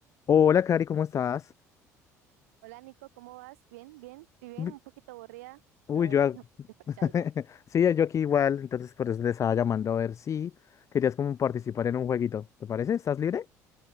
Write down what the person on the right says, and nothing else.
Hola Nico, ¿cómo vas? Bien, bien, estoy bien,
un poquito aburrida,
la verdad,
<laughs> parchadita.